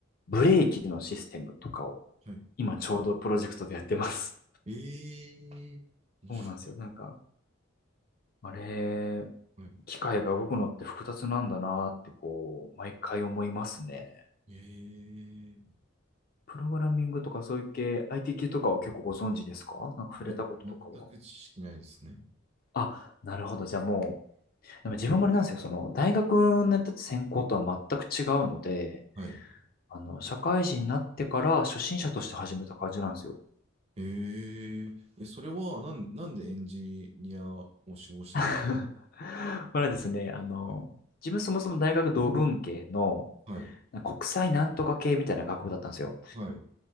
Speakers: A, on the left (about 45°); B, on the right (about 30°).
A: ブレーキのシステムとかを、
B: はい。
A: 今ちょうどプロジェクトでやってます。
B: えー、面白い。
A: そうなんですよ。なんか、あれ、
B: はい。
A: 機械が動くのって複雑なんだなってこう、毎回思いますね。
B: えー、い
A: プログラミングとかそういう系、IT 系とかは結構ご存知ですかなんか触れたこととかは。
B: や、全く知識ないですね。
A: あ、なるほど。じゃあもう、でも自分もあれなんですよ。その、大学のやってた専攻とは全く違うので、
B: はい。
A: あの、社会人になってから初心者として始めた感じなんですよ。
B: えええ、それは、なん、なんでエンジニアを志望したんです
A: <laughs> まあですね、あの、
B: か
A: 自分そもそも大学同文系の
B: はい、
A: 国際なんとか系みたいな学部だったんですよ。
B: はい。う